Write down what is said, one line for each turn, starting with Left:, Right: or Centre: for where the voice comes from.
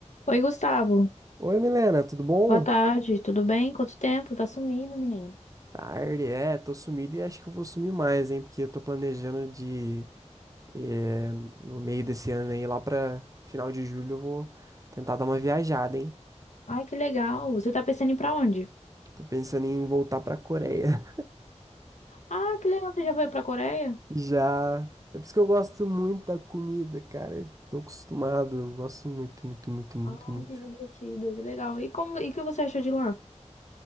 Left: Oi, Gustavo.
Right: Oi, Milena, tudo bom?
Left: Boa tarde, tudo bem? Quanto tempo? Tá sumindo, menino.
Right: Tarde, é, tô sumido e acho que eu vou sumir mais, hein? Porque eu tô planejando de, eh, no meio desse ano aí, lá pra final de julho, eu vou tentar dar uma viajada, hein?
Left: Ai, que legal. Você tá pensando em ir pra onde?
Right: Tô pensando em voltar pra Coreia.
Left: Ah, que legal. Você já foi pra Coreia?
Right: <laughs> Já. É por isso que eu gosto muito da comida, cara. Eu tô acostumado, eu gosto muito, muito, muito, muito,
Left: Ai,
Right: muito.
Left: que divertido, que legal. E como, e o que você achou de lá?